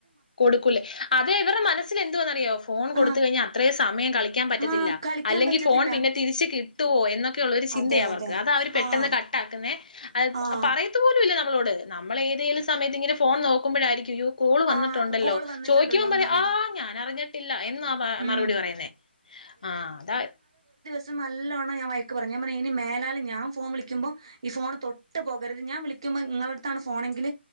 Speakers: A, on the left (about 40°); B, on the right (about 25°).
A: കൊടുക്കൂല്ലേ? അത് ഇവരുടെ മനസ്സിൽ എന്തുവാന്നറിയാവോ ഫോൺ കൊടുത്ത
B: ആഹ്
A: കഴിഞ്ഞാ അത്രേം സമയം കളിക്കാൻ പറ്റത്തില്ല
B: ആഹ് കളിക്കാൻ
A: അല്ലെങ്കിൽ
B: പറ്റത്തില്ല
A: ഫോൺ പിന്നെ തിരിച്ച് കി ട്ടുവോ എന്നൊക് ക്കെയുള്ളൊരു ചിന്തയ
B: അതെ
A: അവർക്ക്,
B: അതെ
A: അത് അവര് പെട്ടെന്ന്
B: ആഹ്
A: കട്ടാക്കുന്നേ, അത്
B: ആഹ്
A: പറയത്തു പോലും ഇല്ല നമ്മളോട് നമ്മള് ഏതേലും സമയത്ത് ഇങ്ങനെ ഫ് ഫോൺ നോക് ക്കുമ്പോഴായിരിക്കും അയ്യോ കോൾ വന്ന
B: ആഹ്
A: ല്ലോ?
B: കോള് വന്നിട്ടുണ്ടല്ലോന്ന്
A: ചോദിക്കുമ്പം പറയും
B: അറിയണം
A: ആ ഞാന പറഞ്ഞിട്ടി ല്ല എന്നും ആ മ
B: ഉം
A: മറുപടി പറയുന്നേ, ആ അതാ
B: സം നല്ലോണം ഞാൻ വയക്ക് പറഞ്ഞ്, ഞാൻ പറഞ്ഞ് ഇനി മേലാല് ഞാൻ ഫോൺ വിളിക്കുമ്പോ ഈ ഫോൺ തൊട്ട് പോകരുത് ഞാൻ വിളിക്കുമ്പോ ഇങ്ങളടുത്താണ് ഫോണെങ്കില്